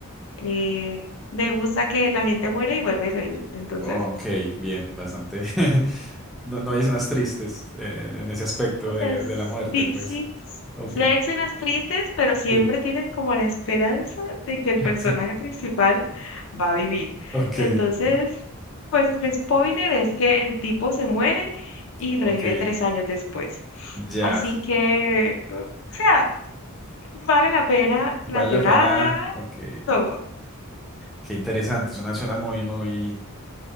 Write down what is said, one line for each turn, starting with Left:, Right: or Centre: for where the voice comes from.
Left: eh, me gusta que la gente muere y vuelve a reír. Entonces...
Centre: Ok, bien, bastante. <laughs> No, no hay escenas tristes eh, en ese aspecto
Left: O
Centre: de,
Left: sea, es-
Centre: de la muerte,
Left: sí,
Centre: pues.
Left: sí,
Centre: Ok,
Left: sí hay escenas tristes, pero siempre
Centre: sí.
Left: tienes como la esperanza de que el
Centre: <laughs>
Left: personaje principal va a vivir.
Centre: Ok,
Left: Entonces,
Centre: claro.
Left: pues el spoiler es que el tipo se muere y
Centre: ok,
Left: revive tres años después.
Centre: ya.
Left: Así que, o sea, vale la pena
Centre: Vale
Left: la llorada,
Centre: la pena. Ok.
Left: todo.
Centre: Qué interesante, suena, suena muy, muy,